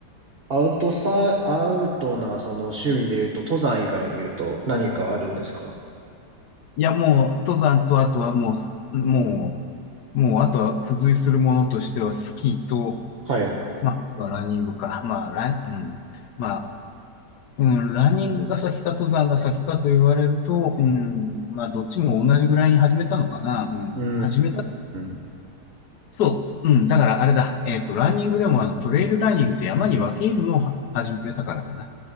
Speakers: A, on the right; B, on the left.
A: アウトサ、アウトな、その趣味で言うと、登山以外で言うと、何かあるんですか
B: いや、もう、登山と、あとはもう、もう、もう、あとは付随するものとしては、スキーと、
A: はい。
B: まあ、ランニングか。まあ、ラン、うん。まあ、うん、ランニングが先か登山が先かと言われると、うん、まあ、どっちも同じぐらいに始めたのかな。うん、
A: うー
B: 始めた、
A: ん。
B: そう、うん、だからあれだ、えっと、ランニングでもあの、トレイルランニングって山に分け入るのをは始めたからだな。